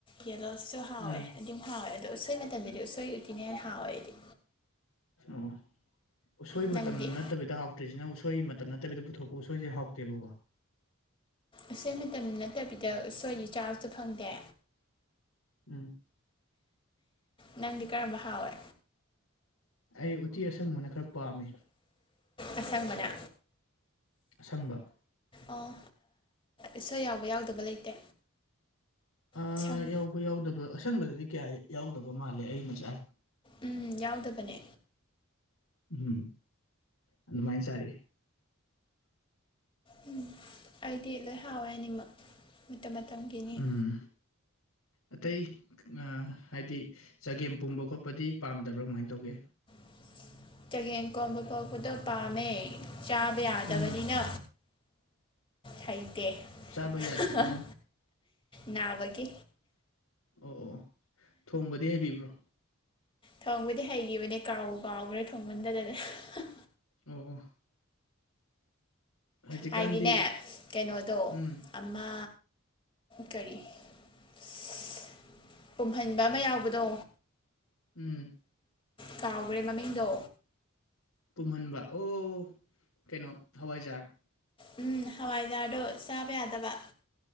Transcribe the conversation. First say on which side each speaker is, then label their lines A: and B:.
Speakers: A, on the left; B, on the left.
A: ꯌꯦꯂꯣꯁꯨ ꯍꯥꯎꯋꯦ
B: ꯎꯝ
A: ꯑꯗꯨꯝ ꯍꯥꯎꯋꯦ ꯑꯗꯣ ꯎꯁꯣꯏ ꯃꯇꯝꯗꯗꯤ
B: ꯎꯝ
A: ꯎꯁꯣꯏ ꯎꯇꯤꯅ ꯍꯦꯟꯅ ꯍꯥꯎꯋꯦ ꯑꯩꯗꯤ
B: ꯑꯣ ꯎꯁꯣꯏ
A: ꯅꯪꯗꯤ
B: ꯃꯇꯝ ꯅꯠꯇꯕꯤꯗ ꯍꯥꯎꯇ꯭ꯔꯤꯁꯤꯅ ꯎꯁꯣꯏ ꯃꯇꯝ ꯅꯠꯇꯕꯤꯗ ꯄꯨꯊꯣꯛ ꯎꯁꯣꯏꯁꯦ ꯍꯥꯎꯇꯦꯕꯀꯣ
A: ꯎꯁꯣꯏ ꯃꯇꯝ ꯅꯠꯇꯕꯤꯗ ꯎꯁꯣꯏꯗꯤ ꯆꯥꯕꯁꯨ ꯐꯪꯗꯦ
B: ꯎꯝ
A: ꯅꯪꯗꯤ ꯀꯔꯝꯕ ꯍꯥꯎꯋꯦ
B: ꯑꯩ ꯎꯇꯤ ꯑꯁꯪꯕꯅ ꯈꯔ ꯄꯥꯝꯃꯤ
A: ꯑꯁꯡꯕꯅꯥ
B: ꯑꯁꯪꯕ
A: ꯑꯣ ꯎꯁꯣꯏ ꯌꯥꯎꯕ ꯌꯥꯎꯗꯕ ꯂꯩꯇꯦ
B: ꯑꯥ
A: ꯁꯪ
B: ꯌꯥꯎꯕ ꯌꯥꯎꯗꯕ ꯑꯁꯡꯕꯗꯗꯤ ꯀꯌꯥ ꯌꯥꯎꯗꯕ ꯃꯥꯜꯂꯦ ꯑꯩꯅ ꯆꯥ
A: ꯎꯝ ꯌꯥꯎꯗꯕꯅꯦ
B: ꯎꯝ ꯑꯗꯨꯃꯥꯏꯅ ꯆꯥꯔꯛꯑꯦ
A: ꯎꯝ ꯑꯩꯗꯤ ꯂꯣꯏ ꯍꯥꯎꯋꯦ ꯑꯅꯤꯃꯛ ꯃꯇꯝꯒꯤꯅꯤ
B: ꯎꯝ ꯑꯇꯩꯅ ꯑꯥ ꯍꯥꯏꯗꯤ ꯆꯒꯦꯝ ꯄꯣꯝꯕ ꯈꯣꯠꯄꯗꯤ ꯄꯥꯝꯗꯕ꯭ꯔꯥ ꯀꯃꯥꯏꯅ ꯇꯧꯒꯦ
A: <inaudible> ꯆꯒꯦꯝ ꯀꯣꯝꯕ ꯄꯣꯛꯄꯗꯣ ꯄꯥꯝꯃꯦ ꯆꯥꯕ ꯌꯥꯗꯕꯅꯤꯅ
B: ꯎꯝ
A: ꯍꯩ ꯇꯦ
B: ꯆꯥꯕ ꯌꯥꯗ꯭ꯔꯤꯁꯤꯅ
A: ꯍꯥ ꯍꯥ ꯍꯥ ꯅꯥꯕꯒꯤ
B: ꯑꯣ ꯑꯣ ꯑꯣ ꯊꯣꯡꯕꯗꯤ ꯍꯩꯕꯤꯕ꯭ꯔꯣ
A: ꯊꯣꯡꯕꯨꯗꯤ ꯍꯩꯈꯤꯕꯅꯦ ꯀꯥꯎꯕꯨ ꯀꯥꯎꯈ꯭ꯔꯦ ꯊꯣꯡꯕꯟꯗꯗꯅ ꯍꯥ ꯍꯥ
B: ꯑꯣ ꯑꯣ ꯍꯧꯖꯤꯛꯀꯥꯟꯗꯤ
A: ꯍꯥꯏꯗꯤꯅꯦ ꯀꯩꯅꯣꯗꯣ
B: ꯎꯝ
A: ꯑꯃ ꯀꯔꯤ ꯏꯁ ꯄꯨꯝꯍꯟꯕ ꯑꯃ ꯌꯥꯎꯕꯗꯣ
B: ꯎꯝ
A: ꯀꯥꯎꯒ꯭ꯔꯦ ꯃꯃꯤꯡꯗꯣ
B: ꯄꯨꯝꯍꯟꯕ ꯑꯣ ꯀꯩꯅꯣ ꯍꯋꯥꯏꯖꯥꯔ
A: ꯎꯝ ꯍꯋꯥꯏꯖꯥꯔꯗꯣ ꯆꯥꯕ ꯌꯥꯗꯕ